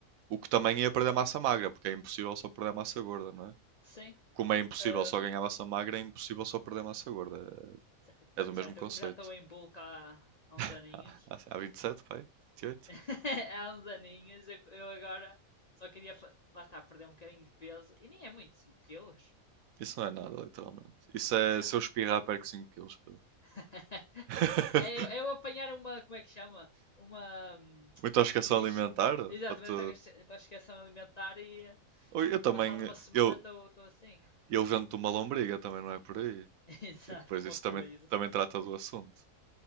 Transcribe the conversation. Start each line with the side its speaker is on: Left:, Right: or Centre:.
Right: O que também ia perder massa magra, porque é impossível só perder massa gorda, não é?
Left: Sim.
Right: como é impossível
Left: Ahm,
Right: só ganhar massa magra, é impossível só perder massa gorda.
Left: cer-
Right: É do mesmo
Left: certo,
Right: conceito.
Left: eu como já estou em bulk há, há uns aninhos.
Right: <laughs> Há, há 27, pai? 28?
Left: <laughs> Há uns aninhos, eu, eu agora só queria. fa- Lá está, perder um bocadinho de peso. E nem é muito, 5 quilos.
Right: Isso não é nada, literalmente. Isso é
Left: Yeah.
Right: se eu espirrar, perco 5 quilos, Pedro.
Left: <laughs>
Right: <laughs>
Left: é, eu, é eu apanhar uma, como é que chama? Uma hum,
Right: Muita obsessão
Left: indig...
Right: alimentar,
Left: Exatamente,
Right: para te...
Left: intoxicação alimentar e eh,
Right: Ou Eu também,
Left: passada uma semana
Right: eu,
Left: estou assim.
Right: eu vendo-te uma lombriga, também não é por aí.
Left: <laughs> Exato,
Right: E depois
Left: como
Right: isso
Left: o crazy.
Right: também, também trata do assunto.